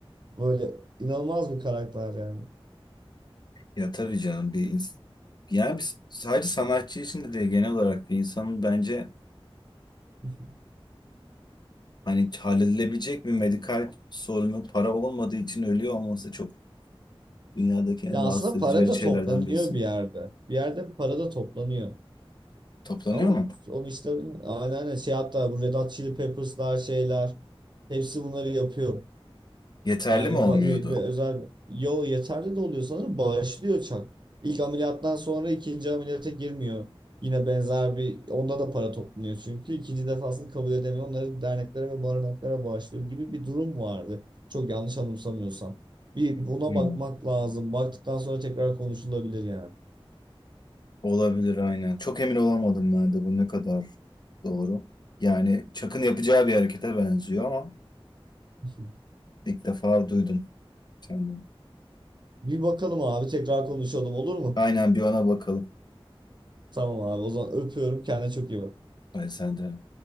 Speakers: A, on the right; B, on the left.
A: Böyle inanılmaz bir karakter yani.
B: ya tabii canım bir ins- yani biz sadece sanatçı için de değil genel olarak bir insanın bence
A: <laughs>
B: hani halledilebilecek bir medikal sorunu para olmadığı için ölüyor olması çok dünyadaki en
A: Ya
B: rahatsız
A: aslında para
B: edici verici
A: da
B: şeylerden
A: toplanıyor
B: birisi.
A: bir yerde. Bir yerde para da toplanıyor.
B: Toplanıyor
A: Ama
B: mu?
A: onu işte aynen, aynen şey hatta bu Red Hot Chili Peppers'lar şeyler hepsi bunları yapıyor.
B: Yeterli
A: Yani
B: mi olmuyordu?
A: ba- e, bir özel yo yeterli de oluyor sanırım bağışlıyor Chuck. İlk ameliyattan sonra ikinci ameliyata girmiyor. Yine benzer bir onda da para toplanıyor çünkü ikinci defasını kabul edemiyor. Onları derneklere ve barınaklara bağışlıyor gibi bir durum vardı. Çok yanlış anımsamıyorsam. Bir buna
B: Hmm.
A: bakmak lazım. Baktıktan sonra tekrar konuşulabilir yani.
B: Olabilir aynen. Çok emin olamadım ben de bu ne kadar doğru. Yani Çak'ın yapacağı bir harekete benziyor ama
A: <laughs>
B: ilk defa duydum senden.
A: Bir bakalım abi tekrar konuşalım olur mu?
B: Aynen bir ona bakalım.
A: Tamam abi o zaman öpüyorum. Kendine çok iyi bak.
B: Hayır sen de.